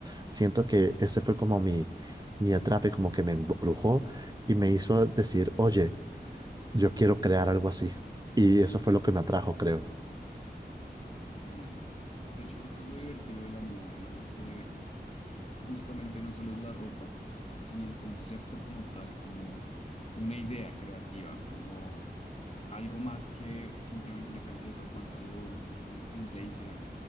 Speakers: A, on the right; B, on the left.
A: Siento que ese fue como mi, mi atrape, como que me embrujó y me hizo decir, oye, yo quiero crear algo así. Y eso fue lo que me atrajo, creo.
B: genial. De hecho, creo que eso es lo divertido de la moda, ¿no? Que justamente no solo es la ropa, sino el concepto como tal, como una idea creativa, como algo más que simplemente una camiseta, un pantalón, un, un- un blazer.